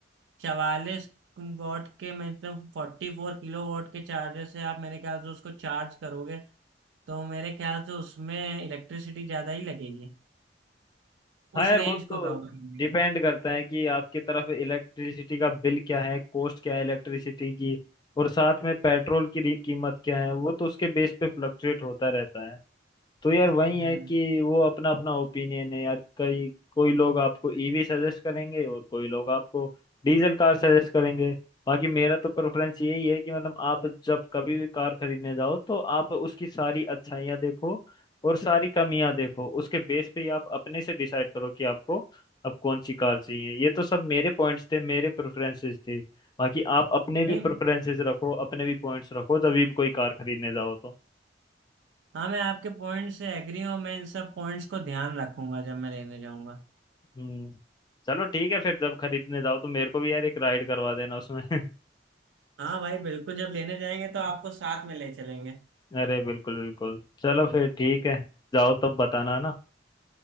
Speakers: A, on the right; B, on the left.
A: चवालीस वॉट के मतलब फोर्टी फोर किलो वॉट के चार्जर से आप मेरे ख्याल से उसको चार्ज करोगे तो मेरे ख्याल से उसमें इलेक्ट्रिसिटी ज़्यादा ही लगेगी
B: हाँ
A: उस
B: यार
A: रेंज
B: वो तो
A: को कवर करने
B: डिपेंड
A: की
B: करता है कि आपकी तरफ इलेक्ट्रिसिटी का बिल क्या है कॉस्ट क्या है इलेक्ट्रिसिटी की और साथ में पेट्रोल की री- कीमत क्या है वो तो उसके बेस पे फ्लक्चुएट होता रहता है तो यार वही
A: हम्म
B: है कि वो अपना अपना ओपिनियन है यार कई कोई लोग आपको ईवी सजेस्ट करेंगे और कोई लोग आपको डीजल कार सजेस्ट करेंगे बाकी मेरा तो प्रेफरेंस यही है कि मतलब आप जब कभी भी कार खरीदने जाओ तो आप उसकी सारी अच्छाइयाँ देखो और सारी कमियां देखो उसके बेस पे ही आप अपने से डिसाइड करो कि आपको अब कौन सी कार चाहिए ये तो सब मेरे पॉइंट्स थे मेरे प्रेफरेंसेस थे बाकी आप अपने
A: नहीं
B: भी प्रेफरेंसेस रखो अपने भी पॉइंट्स रखो तभी भी कोई कार खरीदने जाओ तो
A: हाँ मैं आपके पॉइंट से एग्री हूँ मैं इन सब पॉइंट्स को ध्यान रखूंगा जब मैं लेने जाऊंगा
B: हम्म चलो ठीक है फिर जब खरीदने जाओ तो मेरे को भी यार एक राइड करवा देना उसमें <laughs>
A: हाँ भाई बिल्कुल जब लेने जाएंगे तो आपको साथ में ले चलेंगे
B: अरे बिल्कुल बिल्कुल चलो फिर ठीक है जाओ तब बताना ना